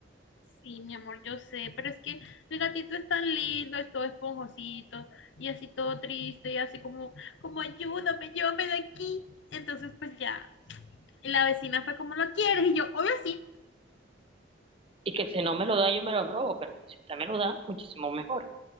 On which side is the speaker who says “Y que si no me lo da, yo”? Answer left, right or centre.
Right